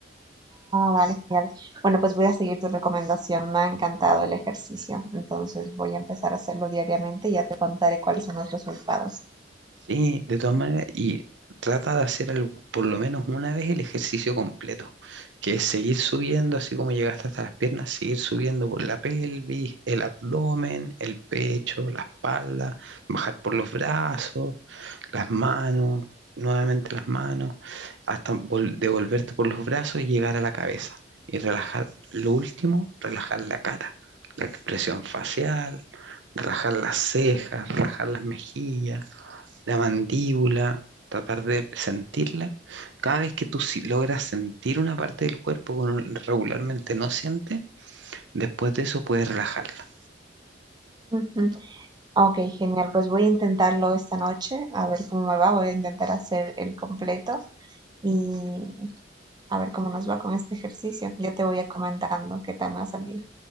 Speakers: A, on the right; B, on the right.
A: Ah, vale, genial. Bueno, pues voy a seguir tu recomendación. Me ha encantado el ejercicio. Entonces voy a empezar a hacerlo diariamente y ya te contaré cuáles son los resultados.
B: Sí, de todas maneras, y trata de hacer al- por lo menos una vez el ejercicio completo, que es seguir subiendo, así como llegaste hasta las piernas, seguir subiendo por la pelvis, el abdomen, el pecho, la espalda, bajar por los brazos, las manos, nuevamente las manos, hasta vol- devolverte por los brazos y llegar a la cabeza. Y relajar, lo último, relajar la cara, la expresión facial, relajar las cejas, relajar las mejillas la mandíbula, tratar de sentirla. Cada vez que tú si- logras sentir una parte del cuerpo que uno regularmente no siente, después de eso puedes relajarla.
A: Ujú. Ok, genial. Pues voy a intentarlo esta noche, a ver cómo me va. Voy a intentar hacer el completo y A ver cómo nos va con este ejercicio. Yo te voy a comentando qué tal me ha salido.